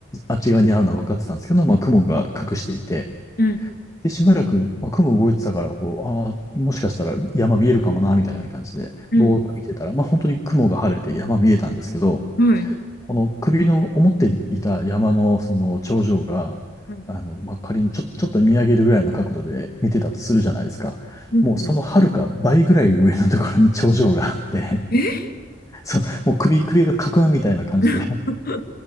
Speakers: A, on the left; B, on the left.
A: あっち側にあるのは分かってたんですけど、まあ、雲が隠していて、
B: うん、
A: で、しばらく、まあ、雲動いてたから、こう、ああ、もしかしたら山見えるかもな、みたいな感じで、
B: うん、
A: ぼーっと見てたら、まあ、本当に雲が晴れて山見えたんですけど、
B: はい。
A: この首の思っていた山のその頂上が、
B: うん、
A: あの、まあ、仮にちょ、ちょっと見上げるぐらいの角度で見てたとするじゃないですか。
B: うん、
A: もうその遥か倍ぐらい上のところに頂上があって、
B: はいえ
A: <laughs> そう、もう首、首がかくんみたいな感じで、
B: <laughs>